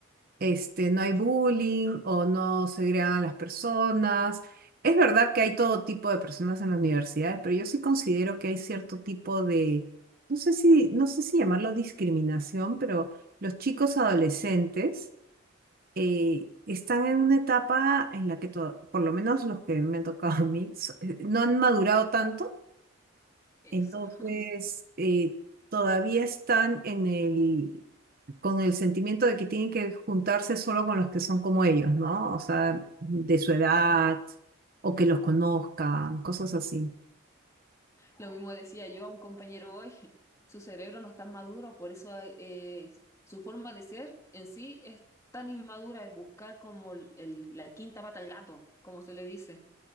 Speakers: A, on the right; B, on the left.
A: este, no hay bullying o no se segregan las personas. Es verdad que hay todo tipo de personas en las universidades, pero yo sí considero que hay cierto tipo de, no sé si, no sé si llamarlo discriminación, pero los chicos adolescentes eh, están en una etapa en la que, to- por lo menos los que me han tocado a mí, so- eh, no han madurado tanto
B: Eso.
A: entonces,
B: <laughs>
A: eh, todavía están en el, con el sentimiento de que tienen que juntarse solo con los que son como ellos, ¿no? O sea, de su edad o que los conozcan, cosas así.
B: Lo mismo decía yo a un compañero hoy. <laughs> Su cerebro no está maduro, por eso eh, su forma de ser en sí es tan inmadura, es buscar como el- el- la quinta pata al gato, como se le dice.